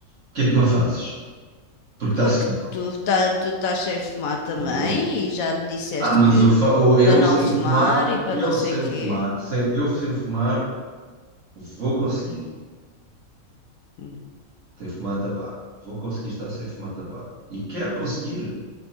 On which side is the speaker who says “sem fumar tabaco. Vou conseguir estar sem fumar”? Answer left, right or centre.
Right